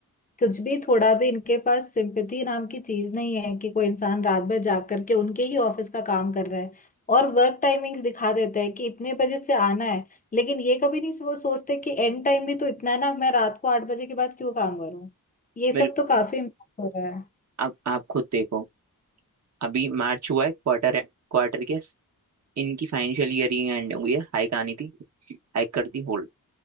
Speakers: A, on the left; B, on the right.
A: कुछ भी थोड़ा भी इनके पास सिंपैथी नाम की चीज नहीं है कि कोई इंसान रात भर जाग करके उनके ही ऑफिस का काम कर रहा है और वर्क टाइमिंग्स दिखा देते हैं कि इतने बजे से आना है लेकिन ये कभी नहीं वो सोचते कि एंड टाइम भी तो इतना है ना मैं रात को आठ बजे के बाद क्यों काम करूं ये
B: बिल्कुल
A: सब तो काफी इम्पैक्ट हो रहा है
B: अब आप खुद देखो अभी मार्च हुआ है क्वार्टर है क्वार्टर के इनकी फाइनेंशियल ईयर ही एंड हुई है हाइक आनी थी हाइक कर दी होल्ड